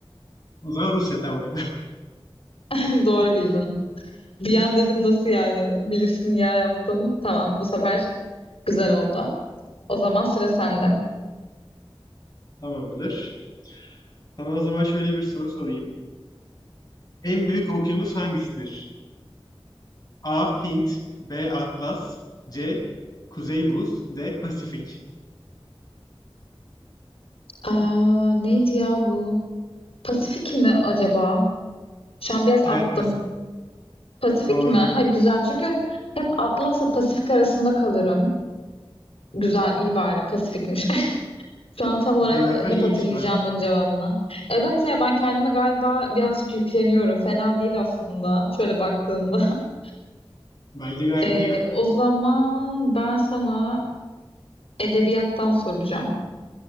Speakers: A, on the left; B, on the left.
A: O zaman Rusya tamam.
B: <laughs> Doğru bildin. Bir an dedim nasıl yani? Bilirsin ya yaptım. Tamam bu sefer güzel oldu. O zaman sıra sende.
A: <laughs> Tamamdır. Sana o zaman şöyle bir soru sorayım. En büyük okyanus hangisidir? A. Hint B. Atlas C. Kuzey Buz D. Pasifik
B: Aa, neydi ya bu? Pasifik mi acaba? Şu an biraz
A: Evet
B: attım.
A: Pasifik
B: Pasifik
A: doğru.
B: mi? Ha güzel çünkü hep Atlas'la Pasifik arasında kalırım. Güzel, iyi bari. Pasifikmiş. <laughs> Şu an tam olarak
A: Coğrafyan
B: e, hep
A: iyiymiş
B: hatırlayacağım
A: bak.
B: bunun cevabını. Evet ya ben kendime galiba birazcık yükleniyorum. Fena değil aslında. Şöyle baktığımda. <laughs>
A: Bence gayet
B: Ee,
A: iyi.
B: o zaman ben sana edebiyattan soracağım.